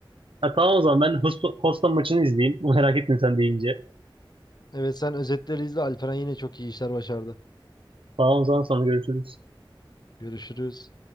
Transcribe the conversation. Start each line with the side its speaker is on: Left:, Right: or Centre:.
Right: Ha, tamam o zaman ben Houston, Houston maçını izleyeyim. <laughs> Merak ettim sen deyince.
Left: Evet sen özetleri izle. Alperen yine çok iyi işler başardı.
Right: Tamam o zaman sonra görüşürüz.
Left: Görüşürüz.